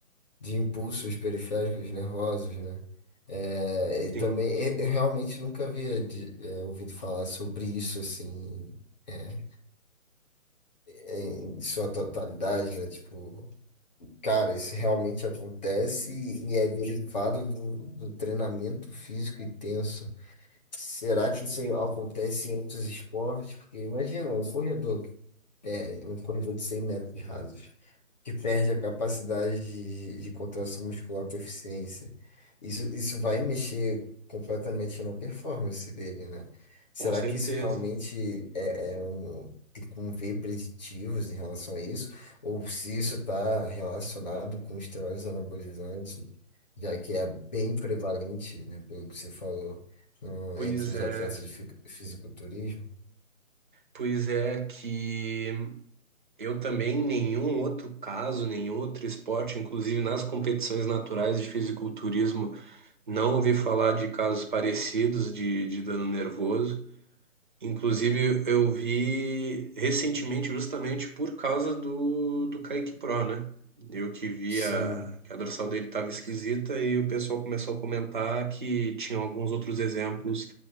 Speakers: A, on the left (about 30°); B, on the right (about 35°).
A: de impulsos periféricos nervosos, né? É, e também
B: Sim,
A: eu, eu realmente nunca havia de- é, ouvido falar sobre isso assim é, em em sua totalidade, né? Tipo, Cara, isso realmente acontece e é derivado do, do treinamento físico intenso. Será que isso acontece em outros esportes? Porque imagina um corredor, que- é, um corredor de 100 metros rasos que perde a capacidade de, de contração muscular com eficiência. Isso, isso vai mexer completamente na performance dele, né? Será
B: com certeza.
A: que isso realmente é, é um, tem como ver preditivos em relação a isso? Ou se isso está relacionado com esteroides anabolizantes, já que é bem prevalente, né, pelo que você falou, no-
B: Pois
A: entre os
B: é,
A: atletas de fi- fisiculturismo?
B: pois é que Eu também, nenhum outro caso, nenhum outro esporte, inclusive nas competições naturais de fisiculturismo, não ouvi falar de casos parecidos de, de dano nervoso. Inclusive, eu vi recentemente, justamente por causa do, do Kaique Pro, né? Eu que via
A: Sim.
B: que a dorsal dele estava esquisita e o pessoal começou a comentar que tinham alguns outros exemplos,